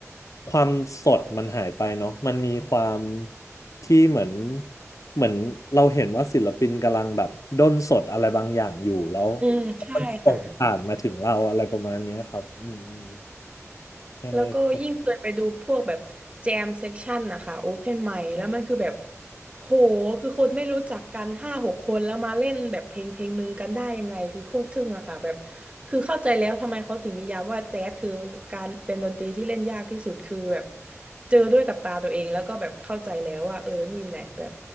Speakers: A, on the left; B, on the right.
A: ความสดมันหายไปเนาะมันมีความที่เหมือนเหมือนเราเห็นว่าศิลปินกำลังแบบด้นสดอะไรบางอย่างอยู่แล้ว
B: อืมใช่ค่ะ
A: มันส่งผ่านมาถึงเราอะไรประมาณเนี้ยครับอืมอืมใช
B: แล้วก็ยิ่งเคยไปดูพวกแบบแจมเซ็กชันนะคะโอเพนไมค์แล้วมันคือแบบ
A: ่
B: โหคือคนไม่รู้จักกันห้าหกคนแล้วมาเล่นแบบเพลงเพลงหนึ่งกันได้ยังไงคือโคตรทึ่งอะค่ะแบบคือเข้าใจแล้วทำไมเขาถึงนิยามว่าแจ๊สคือการเป็นดนตรีที่เล่นยากที่สุดคือแบบเจอด้วยกับตาตัวเองแล้วก็แบบเข้าใจแล้วว่าเออนี่แหละแบบ